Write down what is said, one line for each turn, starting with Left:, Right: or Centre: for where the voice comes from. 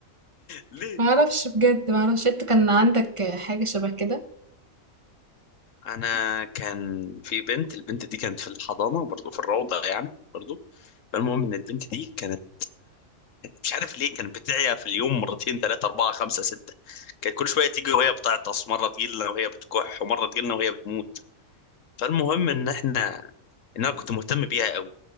Left: ليه
Right: ما اعرفش بجد ما اعرفش انت كان عندك حاجة شبه كده
Left: أنا كان في بنت البنت دي كانت في الحضانة برضه في الروضة يعني برضه فالمهم إن البنت دي كانت مش عارف ليه كانت بتعيا في اليوم مرتين ثلاثة أربعة خمسة ستة كانت كل شوية تيجي وهي بتعطس مرة تجيلنا وهي بتكح ومرة تجيلنا وهي بتموت فالمهم إن إحنا إن أنا كنت مهتم بيها قوي